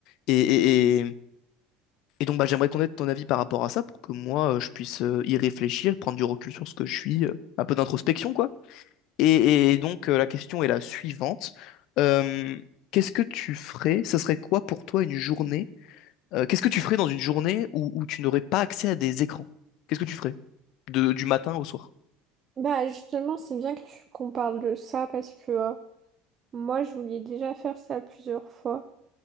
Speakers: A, on the left; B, on the right.
A: Et, et- et- et donc bah, j'aimerais connaître ton avis par rapport à ça, pour que moi euh, je puisse euh, y réfléchir, prendre du recul sur ce que je suis, euh, un peu d'introspection, quoi. Et, et donc euh, la question est la suivante. Euh, qu'est-ce que tu ferais? Ce serait quoi pour toi une journée? Euh, qu'est-ce que tu ferais dans une journée où, où tu n'aurais pas accès à des écrans? Qu'est-ce que tu ferais de, du matin au soir?
B: Bah justement, c'est bien que tu qu'on parle de ça parce que euh, moi, je voulais déjà faire ça plusieurs fois.